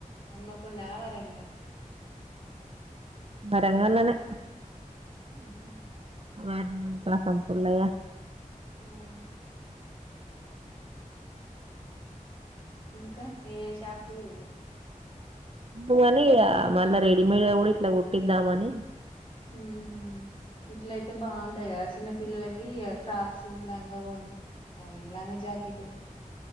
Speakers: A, on the left (about 40°); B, on the right (about 45°).
A: హనుమకొండనా వరంగల్ ఆ
B: వరంగల్లోనే
A: అహ <inaudible>
B: వారు న కసంప్పులయ <unintelligible>
A: ఆమ్ ఇంకా కా ఏ ఏ షాప్కి పోయిన్లు
B: పు అని ఇగా మళ్ళ రెడిమేడ్ గ కూడా ఇట్లా కుట్టిద్దాం అనీ
A: ఉహ హుమ్ ఇట్ల అయితే బాగుంటాయి కదా చిన్న పిల్లలకి ఫ్రాక్స్ లంగా వోని అవి లంగ జాకెట్